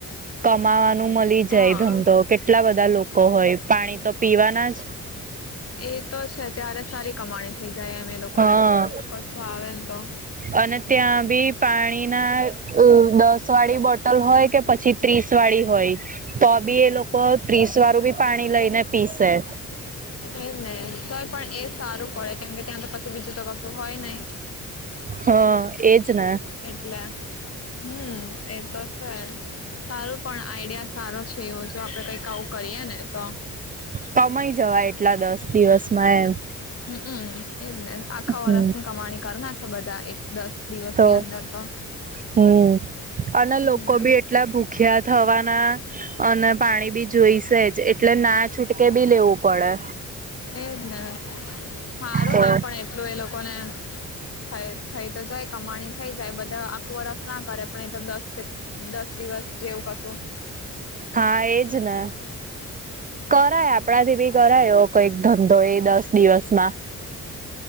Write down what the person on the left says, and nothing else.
હા
એ તો છે ત્યારે સારી કમાણી થઈ જાય એમ એ લોકોને
પછી એવું કશું આવે ને તો
એજ ને તોય પણ એજ સારું પડે કેમ કે ત્યાં તો પછી બીજું તો કશું હોય નહી.
એટલે હમ્મ એતો છે સારું પણ આઈડિયા સારો છે એવું જો આપણે કંઈક આવું કરીએ ને તો
હમમ એજ ને આખા
વર્ષની કમાણી કર નાખે બધા દસ દિવસ
ની અંદર તો.
એજ ને
એજ ને હારું
ને પણ એટલું એ લોકો ને થ થઈ તો જાય કમાણી થઈ જાય બધા આખો વર્ષ ના કરે પણ એ તો દસ કે દસ દિવસ જેવું કશું